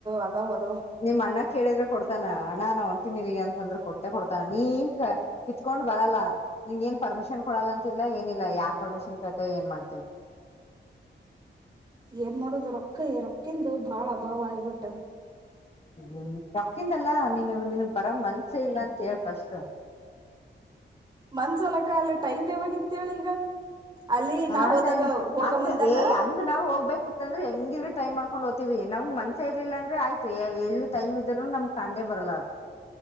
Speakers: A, on the right; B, on the left.
A: ಅದ ಅದ
B: ನಿಮ್ ಅಣ್ಣ ಕೇಳಿದ್ರೆ ಕೊಡ್ತಾನ ಅಣ ಉಂಟ ಗೆ ಅಂತಂದ್ರ ಕೊಟ್ಟೆ ಕೊಡ್ತಾನ ನೀ ಕ ಕಿತ್ಕೊಂಡ್ ಬರಲ್ಲಾ ನಿನ್ ಏನ್ ಪರ್ಮಿಶನ್ ಕೊಡಲ್ಲ ಅಂತಿಲ್ಲ ಏನಿಲ್ಲ ಯಾರ್ ಪರ್ಮಿಷನ್ ಕೇಳ್ತೇ ಏನ್ ಮಾಡ್ತೇನ
A: ಏನ್ ಮಾಡುದು ರೊಕ್ಕಯ ರೊಕ್ಕಂದು ಬಾಳ ಭಾವ ಆಗ್ಬಿಟ್ಟದೆ
B: ಹ್ಮ್ ರೊಕ್ಕಿಂದಲ್ಲಾ ನೀ ನಿನು ಬರ ಮನ್ಸೆ ಇಲ್ಲ ಅಂತ ಹೇಳ ಫಸ್ಟ್
A: ಮಂದ್ಸಲಕ್ಕ ಅಲ್ಲ ಟೈಮ್ ಯಾವೋಗಿತ್ತೇಳ ಈಗ ಅಲ್ಲಿ ನಾ
B: ಆ
A: ಹೋದಾಗ
B: ಟೈಮ್
A: ಹೋಗ
B: ಹಂಗ
A: ಬಂದಾಗ
B: ಏ ಹಂಗ್ ನಾವ್ ಹೋಗ್ಬೇಕಿತ್ತ ಅಂದ್ರೆ ಹೆಂಗಿದ್ರರು ಟೈಮ್ ಮಾಡ್ಕ ಕಕೊಂಡ್ ಹೋಗ್ತೀವಿ ನಮ್ಗ್ ಮನ್ಸ ಇರ್ಲಿಲ್ಲ ಅಂದ್ರೆ ಆಯ್ತು ಎಲ್ಲಿ ಟೈಮ್ ಇದ್ರೂ ನಮ್ ಕಂಡೆ ಬರಲ್ಲ ಅದು